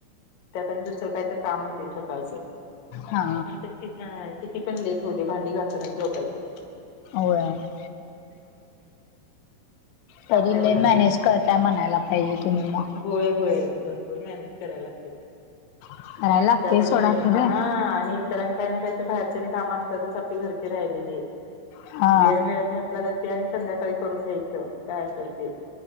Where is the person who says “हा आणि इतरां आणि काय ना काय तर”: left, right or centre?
Left